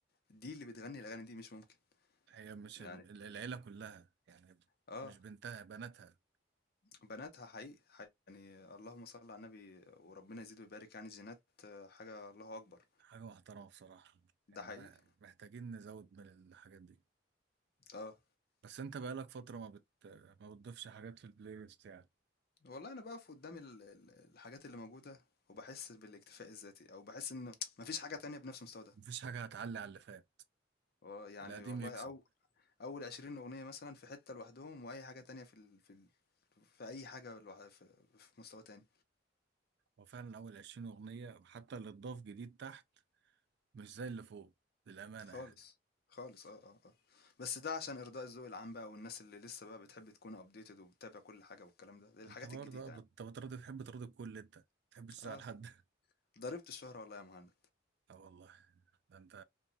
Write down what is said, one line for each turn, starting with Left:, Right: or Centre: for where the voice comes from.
Left: دي اللي بتغني الاغاني دي مش ممكن
Right: هي مش ال-
Left: يعني
Right: العيلة كلها يعني
Left: اه
Right: مش بنتها بناتها
Left: بناتها حقيقي, حقيقي يعني اللهم صل على النبي وربنا يزيد ويبارك يعني جينات آه، حاجه الله اكبر
Right: حاجة محترمة بصراحة يعني
Left: ده حقيقي
Right: مه- محتاجين نزود من الحاجات دي
Left: اه
Right: بس انت بقالك فترة ما بت... ما بتضيفش حاجات في البلاي ليست يعني
Left: والله انا بقف قدام ال- ال- الحاجات اللي موجوده وبحس بالاكتفاء الذاتي او بحس ان مفيش حاجه تانية بنفس المستوى ده
Right: مفيش حاجة هتعلي على اللي فات
Left: آه، يعني
Right: القديم
Left: والله
Right: يكسب
Left: او اول 20 اغنيه مثلا في حته لوحدهم واي حاجه تانية في ال... في ال... في اي حاجه لوحدها في... في مستوى تاني
Right: هو فعلا أول عشرين أغنية حتى اللي اتضاف جديد تحت مش زي اللي فوق للأمانة
Left: خالص
Right: يعني
Left: خالص اه اه اه بس ده عشان ارضاء الذوق العام بقى والناس اللي لسه بقى بتحب تكون ابديتد وبتتابع كل حاجه والكلام ده دي الحاجات
Right: انت برضه
Left: الجديده
Right: اه بت-
Left: يعني
Right: بترضي تحب ترضي الكل انت ما تحبش تزعل
Left: اه
Right: حد <laughs>
Left: ضربت الشهره والله يا مهند
Right: اه والله ده انت